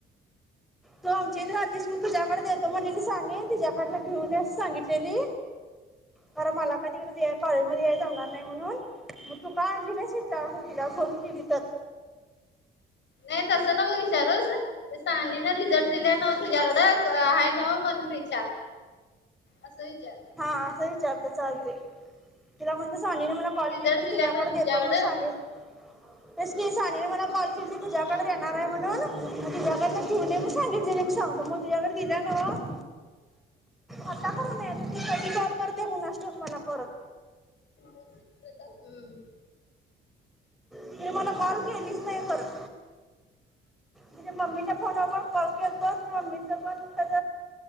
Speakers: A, in the centre; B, on the left.
A: तू आमची इथ राहतीस म्हणून तुझ्याकडे देतो म्हणलेली सामी. तीच्याकडन घेऊनयेस सांगितलेली. अर मला काय तिकडे ते कॉलेजमध्ये याय जमणार नाही म्हणून. मग तु का आणली कस चारु तिला फोन केली तर.
B: नाही. तसं नव विचारूस. ते सानी ना रिझल्ट दिले नाव तुझ्याकडं. आहे न व म्हणून विचार. असं विचार.
A: हा असं विचारते. चालते. तिला म्हणते सानीने मला कॉल
B: रिझल्ट
A: केली ती.
B: दिल्या
A: तुझ्याकड
B: नव्ह
A: देतो
B: तुझ्याकडं
A: म्हणून सांगे तेस की. सानीने मला कॉल केलती. तुज्याकडे
B: हा
A: देणार आहे म्हणून. तिच्याकडं घेऊन ये सांगितले. मी सांगतो. मग तुझ्याकडे दिला नाव. आता करून कधी कॉल करते कुणास ठाउक. मला परत.
B: हम्म.
A: तीने मला कॉल केलीच नाही परत. तीच्या मम्मीच्या फोन वर कॉल के हो मममीचं पण क